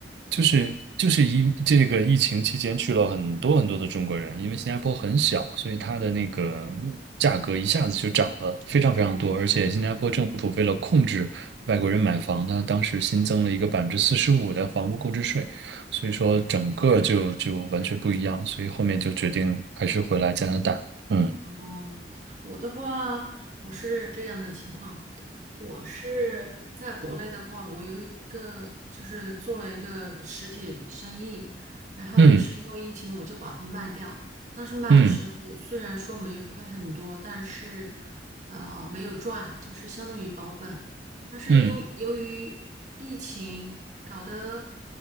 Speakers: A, on the right (about 70°); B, on the right (about 45°).
A: 就是就是疫这个疫情期间去了很多很多的中国人，因为新加坡很小，所以它的那个价格一下子就涨了非常非常多，而且新加坡政府为了控制外国人买房，它当时新增了一个百分之四十五的房屋购置税，所以说整个就就完全不一样，
B: 哦
A: 所以后面就决定还是回来加拿大，
B: 哦。
A: 嗯
B: 哦，我的话，我是这样的情况，我是在国内的话，我有一个就是做了一个实体生意，然后也是因为疫情，
A: 嗯
B: 我就把它卖掉。当时卖的时候虽然说没有亏很多，
A: 嗯。
B: 但是啊、呃没有赚，就是相当于保本。但是由由于疫情搞得，
A: 嗯